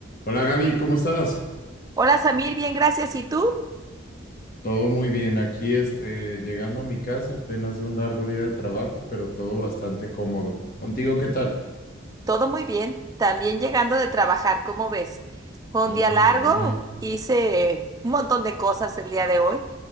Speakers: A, on the left (about 50°); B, on the right (about 20°).
A: Hola Gaby, ¿cómo estás?
B: Hola Samir, bien, gracias. ¿Y tú?
A: Todo muy bien. Aquí este, llegando a mi casa apenas de un largo día de trabajo, pero todo bastante cómodo. ¿Contigo qué tal?
B: Todo muy bien. También llegando de trabajar, ¿cómo ves? Fue
A: Ah,
B: un día largo,
A: mira.
B: hice un montón de cosas el día de hoy,